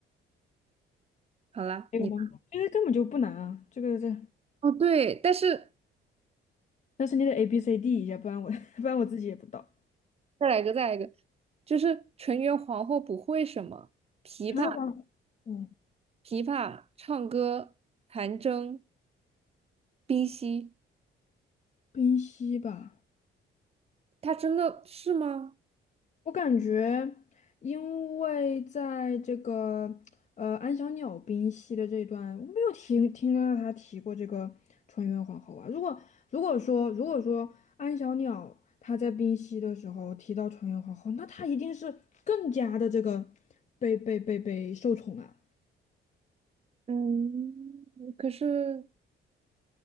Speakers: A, on the right; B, on the left.
A: 好啦，
B: 还有吗？
A: 你
B: 这个根本就不难啊，这个这，
A: 哦对，但是
B: 但是你得 A B C D 一下，不然我 <laughs> 不然我自己也不到。
A: 再来一个，再来一个，就是纯元皇后不会什么琵琶、
B: 还有吧，嗯，
A: 琵琶、唱歌、弹筝、冰嬉，
B: 冰溪吧，
A: 她真的是吗？
B: 我感觉，因为在这个呃安小鸟冰溪的这一段，我没有听听到他提过这个纯元皇后啊。如果如果说如果说安小鸟她在冰溪的时候提到纯元皇后，那她一定是更加的这个被被被被受宠啊。
A: 嗯，可是